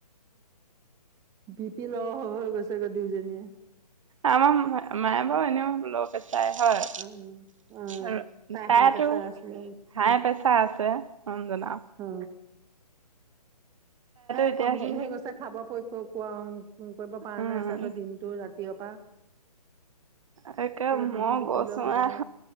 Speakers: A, on the right; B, on the right.
A: <inaudible> বি পি ল' হৈ হৈ গৈছে গৈ দুয়োজনীয়ে।
B: আমাৰ মায়ে বাৰু এনেও ল'ৰা -ছোৱালী তাই হয়
A: অ অ',
B: আৰু
A: তাই
B: তাইতো
A: হাই প্ৰেছাৰ আছিলে
B: হাই প্ৰেচাৰ আছে। তে । অ' জনা।
A: অ হে
B: এতিয়া
A: কমজৰি
B: হেৰি
A: হৈ গৈছে খাব কোৱা কৰিব পৰা
B: উম,
A: নাই চাগৈ দিনটো ৰাতিয়াৰ পৰা ।
B: তাকে
A: মানুহৰ
B: মই
A: বি
B: গৈছো
A: পি ল' হয়
B: আহ